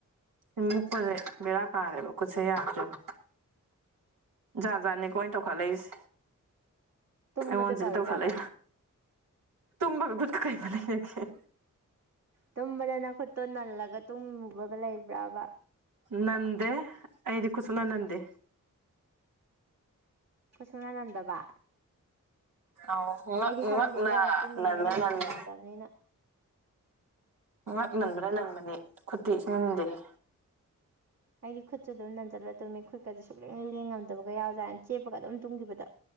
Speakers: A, on the right (about 85°); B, on the right (about 50°).
A: <unintelligible> ꯕꯦꯔꯥ ꯀꯥꯔꯦꯕ ꯈꯨꯠꯁꯦ ꯌꯥꯗ꯭ꯔꯦꯕ ꯖꯥꯠ ꯖꯥꯠꯅꯤꯀꯣ ꯑꯩꯅ ꯇꯧꯈꯠꯂꯛꯏꯁꯦ
B: ꯇꯨꯝꯕꯗ
A: ꯑꯩꯉꯣꯟꯁꯤꯗ
B: ꯇꯧꯔꯤꯖꯥꯠꯂꯣ
A: ꯇꯧꯈꯠꯂꯩ ꯇꯨꯃꯕꯒ ꯈꯨꯠꯀ ꯀꯩ <unintelligible> ꯂꯩꯅꯒꯦ
B: ꯇꯨꯝꯕꯗ ꯅꯈꯨꯨꯠꯇꯣ ꯅꯜꯂꯒ ꯇꯨꯡꯉꯨꯕꯒ ꯂꯩꯕ꯭ꯔꯕ
A: ꯅꯟꯗꯦ ꯑꯩꯗꯤ ꯈꯨꯨꯠ ꯁꯨꯅꯟ ꯅꯟꯗꯦ
B: ꯈꯨꯠ ꯁꯨꯅꯟ ꯅꯟꯗꯕ
A: ꯑꯎ ꯉꯛ
B: ꯑꯩꯗꯤ ꯈꯪꯗꯦ
A: ꯉꯛꯅ
B: ꯏꯕꯦꯝꯃ ꯇꯨꯝꯃꯤꯅꯤꯅ
A: ꯅꯟꯕꯅ
B: ꯃꯦꯟ ꯃꯥꯟ
A: ꯅꯟꯕꯅꯤ
B: ꯇꯥꯗꯕꯅꯤꯅ
A: ꯉꯛ ꯅꯟꯕꯅ ꯅꯟꯕꯅꯤ ꯈꯨꯠꯇꯤ ꯁꯨꯡꯅꯟ ꯅꯟꯗꯦꯍꯦ
B: ꯑꯩꯗꯤ ꯈꯨꯠꯁꯨ ꯑꯗꯨꯝ ꯅꯟꯖꯜꯂ ꯇꯨꯝꯃꯤ ꯈꯨꯠꯀꯗꯤ ꯁꯨꯛꯂꯦꯡ ꯂꯦꯡꯉꯝꯗꯕꯒ ꯌꯥꯎꯖꯥꯅꯦ ꯆꯦꯞꯄꯒ ꯑꯗꯨꯝ ꯇꯨꯝꯈꯤꯕꯗ